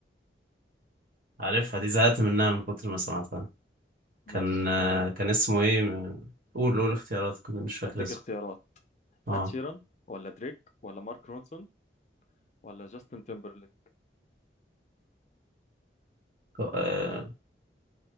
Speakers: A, on the right; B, on the left.
A: عارفها دي زهقت منها من كتر ما سمعتها
B: ماشي
A: كان
B: آه،
A: كان اسمه ايه قول قول اختيارات كنت مش فاكر
B: اديك
A: اسمه
B: اختيارات
A: اه
B: اد شيران ولا دريك ولا مارك رونسون ولا جاستن تيمبرليك
A: آه،